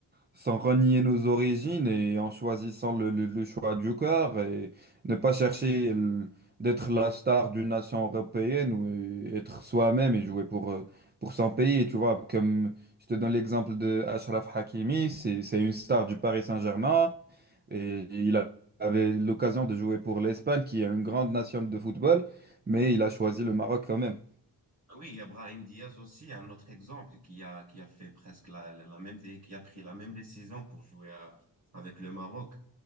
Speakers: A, on the right; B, on the right.
A: sans renier nos origines et en choisissant le, le- le choix du cœur et ne pas chercher le- d'être la star d'une nation européenne ou euh, être soi-même et jouer pour, euh, pour son pays. Tu vois, comme je te donne l'exemple de Achraf Hakimi, c'est, c'est une star du Paris Saint-Germain et il a- avait l'occasion de jouer pour l'Espagne qui est une grande nation de football, mais il a choisi le Maroc quand même.
B: Ah Oui, il y a Brahim Diaz aussi, un autre exemple qui a, qui a fait presque la, la, la même, dé- qui a pris la même décision pour jouer à- avec le Maroc.